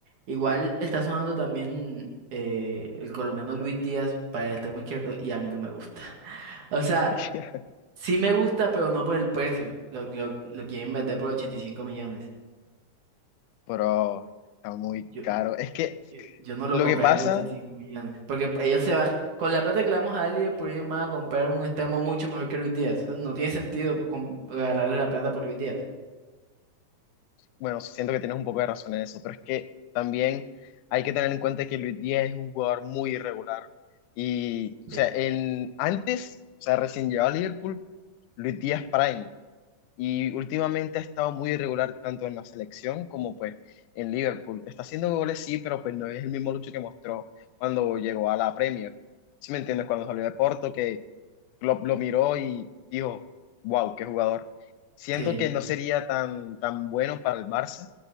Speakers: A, on the right (about 70°); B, on the left (about 85°).
A: igual está sonando también eh, el colombiano Luis Díaz para el extremo izquierdo y a mí no me gusta. <laughs> O sea,
B: <laughs>
A: sí me gusta, pero no por el precio. Lo, lo, lo quieren vender por 85 millones.
B: pero está muy
A: Yo,
B: caro. Es que
A: yo, yo no lo
B: lo
A: compraría
B: que pasa
A: por ochenta y cinco millones. Porque ellos se van, con la plata que le vamos a dar pues ellos van a comprar un extremo mucho mejor que Luis Díaz. O sea, no tiene sentido com- regalarle la plata por Luis Díaz.
B: bueno, siento que tienes un poco de razón en eso, pero es que también hay que tener en cuenta que Luis Díaz es un jugador muy irregular. Y, o
A: Sí.
B: sea, en, antes, o sea, recién llegado a Liverpool, Luis Díaz Prime. Y últimamente ha estado muy irregular tanto en la selección como pues en Liverpool. Está haciendo goles, sí, pero pues no es el mismo Lucho que mostró cuando llegó a la Premier. Si me entiendes? Cuando salió de Porto, que lo, lo miró y dijo, wow, qué jugador. Siento
A: sí.
B: que no sería tan, tan bueno para el Barça